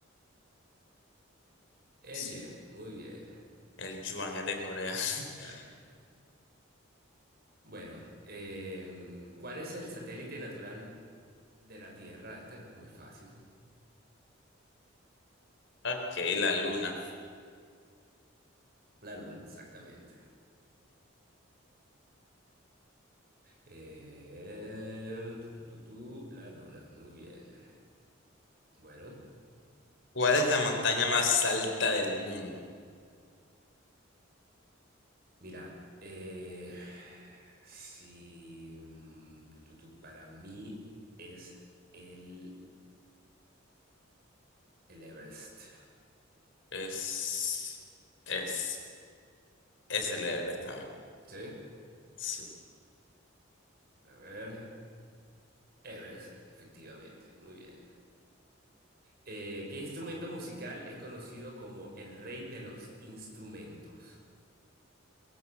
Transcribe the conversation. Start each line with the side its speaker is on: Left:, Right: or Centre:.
Left: sí.
Right: El yen, muy bien.
Left: El yuan es de Corea. <laughs>
Right: Claro. Bueno, em, ¿cuál es el satélite natural de la Tierra? Este es muy fácil.
Left: Ok, la luna.
Right: La Luna, exactamente. Eh, tu, tu, tu, tu, la Luna, muy bien. Bueno,
Left: ¿Cuál es la montaña más alta del mundo?
Right: mira, eh, si mm, tu, tu, tu, para mí es el, el Everest.
Left: Es. Es. Es el Everest
Right: ¿Sí?
Left: Sí.
Right: A ver, Everest, efectivamente, muy bien. Eh, ¿qué instrumento musical es conocido como el rey de los instrumentos?